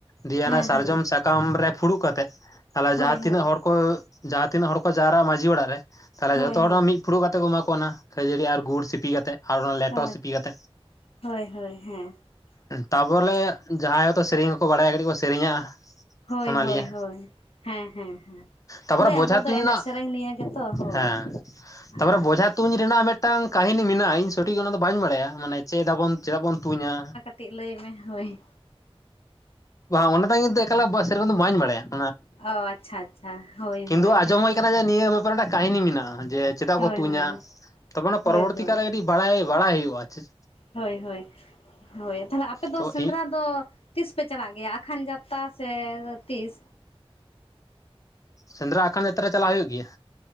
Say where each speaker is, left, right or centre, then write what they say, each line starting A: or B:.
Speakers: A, on the left; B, on the left.
A: ᱫᱤᱭᱮ
B: ᱦᱮᱸ
A: ᱟᱱᱟ ᱥᱟᱨᱡᱚᱢ
B: ᱦᱮᱸ
A: ᱥᱟᱠᱟᱢ ᱨᱮ ᱯᱷᱩᱲᱩᱜ ᱠᱟᱛᱮᱜ ᱛᱟᱞᱦᱮ
B: ᱦᱳᱭ
A: ᱡᱟᱦᱟᱸᱛᱤᱱᱟᱹᱜ
B: ᱦᱳᱭ
A: ᱦᱚᱲ ᱠᱚ ᱡᱟᱦᱟᱸ ᱛᱤᱱᱟᱹᱜ ᱦᱚᱲ ᱠᱚ ᱡᱟᱣᱨᱟᱜᱼᱟ ᱢᱟᱺᱡᱷᱤ ᱚᱲᱟᱜ ᱨᱮ ᱛᱟᱦᱚᱞᱮ
B: ᱦᱳᱭ
A: ᱡᱷᱚᱛᱚ
B: ᱦᱳᱭ
A: ᱦᱚᱲ ᱢᱤᱫ ᱯᱷᱩᱲᱩᱜ ᱠᱟᱛᱮ ᱠᱚ ᱮᱢᱟ ᱠᱚ ᱚᱱᱟ᱾ ᱠᱷᱟᱹᱡᱟᱹᱲᱤ ᱟᱨ ᱜᱩᱲ ᱥᱤᱯᱤ ᱠᱟᱛᱮᱜ ᱟᱨ ᱚᱱᱟ ᱞᱮᱴᱚ
B: ᱦᱳᱭ
A: ᱥᱤᱯᱤ ᱠᱟᱛᱮᱜ᱾
B: ᱦᱳᱭ ᱦᱳᱭ ᱦᱮᱸ
A: ᱛᱟᱵᱚᱞᱮ
B: ᱟᱪᱪᱷᱟ
A: ᱡᱟᱦᱟᱸᱭ ᱦᱚᱛᱚ ᱥᱮᱨᱮᱧ ᱦᱚᱸᱠᱚ ᱵᱟᱲᱟᱭᱟ ᱠᱟᱹᱴᱤᱡ ᱠᱚ ᱥᱮᱨᱮᱧᱟᱜᱼᱟ᱾
B: ᱦᱳᱭ
A: ᱚᱱᱟ
B: ᱦᱳᱭ
A: ᱞᱤᱭᱮ
B: ᱦᱳᱭ ᱦᱮᱸ ᱦᱮᱸ ᱦᱮᱸ᱾
A: ᱛᱟᱯᱚᱨᱮ
B: ᱦᱳᱭ
A: ᱵᱚᱡᱷᱟ
B: ᱟᱵᱚ ᱫᱚ
A: ᱛᱩᱧ
B: ᱮᱱᱮᱡ
A: ᱨᱮᱱᱟᱜ
B: ᱥᱮᱨᱮᱧ ᱱᱤᱭᱮ ᱜᱮᱛᱚ ᱦᱳᱭ
A: ᱦᱮᱸ ᱛᱟᱯᱚᱨᱮ
B: ᱟ
A: ᱵᱚᱡᱷᱟ ᱛᱩᱧ ᱨᱮᱱᱟᱜ ᱢᱤᱫᱴᱟᱝ ᱠᱟᱦᱤᱱᱤ ᱢᱮᱱᱟᱜᱼᱟ ᱤᱧ ᱥᱚᱴᱷᱤᱠ ᱚᱱᱟ ᱫᱚ ᱵᱟᱹᱧ ᱵᱟᱲᱟᱭᱟ ᱢᱟᱱᱮ ᱪᱮᱫ ᱟᱵᱚᱱ ᱪᱮᱫᱟᱜ ᱵᱚᱱ ᱛᱩᱧᱟ᱾
B: ᱴᱤᱡ ᱞᱟᱹᱭᱢᱮ ᱦᱳᱭ᱾
A: ᱵᱟᱝ ᱚᱱᱟ ᱫᱚ ᱠᱤᱱᱛᱩ ᱮᱠᱟᱞᱮ ᱥᱮᱨᱚᱠᱚᱢ ᱫᱚ ᱵᱟᱧ ᱵᱟᱲᱟᱭᱟ ᱾
B: ᱚ ᱟᱪᱪᱷᱟ ᱟᱪᱪᱷᱟ ᱦᱳᱭ
A: ᱠᱤᱱᱛᱩ
B: ᱦᱳᱭ
A: ᱟᱸᱡᱚᱢ
B: ᱦᱮᱸᱛᱚ᱾
A: ᱦᱩᱭ ᱟᱠᱟᱱᱟ ᱡᱮ ᱱᱤᱭᱟᱹ ᱵᱮᱯᱟᱨ ᱨᱮᱱᱟᱜ ᱠᱟᱹᱦᱤᱱᱤ ᱢᱮᱱᱟᱜᱼᱟ, ᱡᱮ ᱪᱮᱫᱟᱜ
B: ᱦᱳᱭ
A: ᱠᱚ ᱛᱩᱸᱧᱟ
B: ᱦᱳᱭ
A: ᱛᱚᱵᱮ ᱚᱱᱟ
B: ᱦᱳᱭ
A: ᱯᱚᱨᱚᱵᱚᱨᱛᱤ
B: ᱦᱳᱭ
A: ᱠᱟᱞᱨᱮ ᱠᱟᱹᱴᱤᱪ ᱵᱟᱲᱟᱭ ᱵᱟᱲᱟᱭ ᱦᱩᱭᱩᱜᱼᱟ ᱪᱮᱫ
B: ᱦᱳᱭ ᱦᱳᱭ ᱦᱳᱭ ᱛᱟᱦᱞᱮ ᱟᱯᱮ ᱫᱚ
A: ᱛᱚ
B: ᱥᱮᱸᱫᱽᱨᱟ
A: ᱤᱧ
B: ᱫᱚ ᱛᱤᱥ ᱯᱮ ᱪᱟᱞᱟᱜ ᱜᱮᱭᱟ ᱟᱠᱷᱟᱱ ᱡᱟᱛᱛᱟ ᱥᱮ ᱛᱤᱥ?
A: ᱥᱮᱸᱫᱽᱨᱟ ᱟᱠᱷᱟᱱ ᱡᱟᱛᱨᱟ ᱨᱮ ᱪᱟᱞᱟᱜ ᱦᱩᱭᱩᱜ ᱜᱮᱭᱟ᱾